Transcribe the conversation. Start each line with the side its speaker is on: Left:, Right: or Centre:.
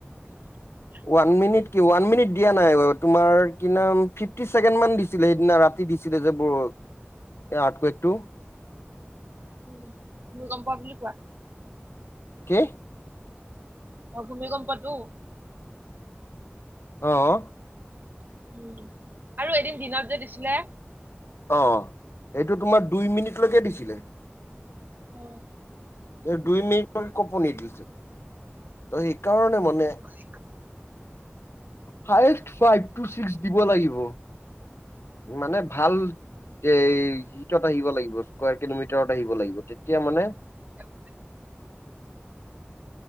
Right: <unintelligible>
Left: One minute কি ওৱান মিনিট দিয়া নাই বাৰু তোমাৰ কিমান ফিফটি চেকেণ্ড মান দিছিলে সেইদিনা ৰা তি দিছিলে যে বৰ এই আৰ্টকুইকটো।
Right: উম ভূমিকম্প বুলি কোৱা।
Left: কি?
Right: অ', ভূমিকম্পটো?
Left: অ'।
Right: উম, আৰু এদিন দিনত যে দিছিলে।
Left: অ', সেইটো তোমাৰ দুই মিনিটলৈকে দিছিলে।
Right: হয়।
Left: এই দুই মিনিটলৈকে কপনি তোলিছে, ত' সেইকাৰণে মানে
Right: <unintelligible>
Left: হাইচ্ ফাইভ টু ছিক্স দিব লাগিব, মানে ভাল এ হীতত আহিব লাগিব, স্কাৰ কিলোমিটাৰত আহিব লাগিব। তেতিয়া মানে
Right: <unintelligible>